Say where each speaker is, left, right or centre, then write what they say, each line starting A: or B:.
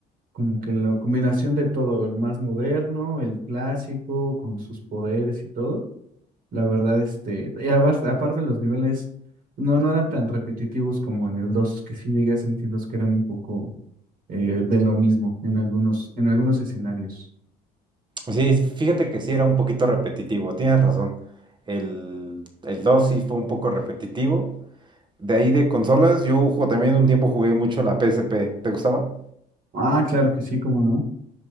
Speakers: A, on the right; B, on the right.
A: como que la combinación de todo, el más moderno, el clásico, con sus poderes y todo. La verdad, este, y abas- aparte los niveles no, no eran tan repetitivos como en el dos que sí llegué a sentirlos que eran un poco eh, de lo mismo en algunos, en algunos escenarios.
B: Sí, fíjate que sí era un poquito repetitivo, tienes razón. El, el 2 sí fue un poco repetitivo. De ahí de consolas, yo ju- también un tiempo jugué mucho la PSP. ¿Te gustaba?
A: Ah, claro que sí, cómo no.